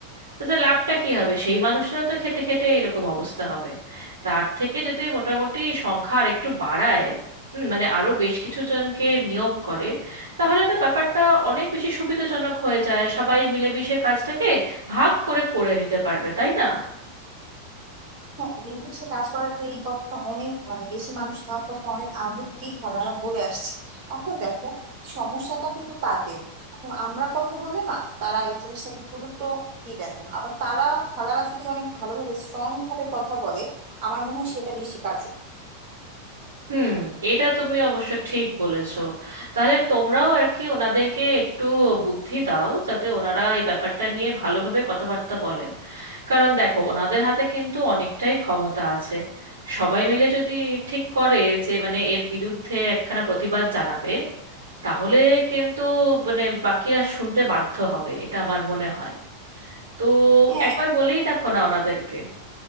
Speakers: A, on the right; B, on the right.
A: তাতে লাভটা কি হবে সেই মানুষটারও তো খেতে খেতে এরকম অবস্থা হবে তার থেকে যদি মোটামুটি সংখ্যা আর একটু বাড়ায় হুম, মানে আরো বেশ কিছু জনকে নিয়োগ করে তাহলে তো ব্যাপারটা অনেক বেশি সুবিধাজনক হয়ে যায় সবাই মিলেমিশে কাজটাকে ভাগ করে করে নিতে পারবে তাই না
B: হ্যাঁ নির্দিষ্ট কাজ করার এই কথাটা অনেক মানে বেশি মানুষ দেওয়ার কথা অনেক আগে থেকেই খেলারা বলে আসছে এখন দেখো সমস্যাটা কিন্তু তাদের এখন আমরা কথা বলে না তারা এই জিনিসটাকে গুরুত্ব দিবে না আবার তারা খেলারা যদি অনেক ভালোভাবে স্ট্রং ভাবে কথা বলে আমার মনে হয় সেটা বেশি কার্যকর
A: হুম এটা তুমি অবশ্য ঠিক বলেছো তাহলে তোমরাও আর কি ওনাদেরকে একটু বুদ্ধি দাও যাতে ওনারা এই ব্যাপারটা নিয়ে ভালোভাবে কথাবার্তা বলেন কারণ দেখো ওনাদের হাতে কিন্তু অনেকটাই ক্ষমতা আছে সবাই মিলে যদি ঠিক করে যে মানে এর বিরুদ্ধে একখানা প্রতিবাদ জানাবে তাহলে কিন্তু মানে বাকিরা শুনতে বাধ্য হবে এটা আমার মনে হয় তো
B: হ্যাঁ
A: একবার বলেই দেখো না ওনাদেরকে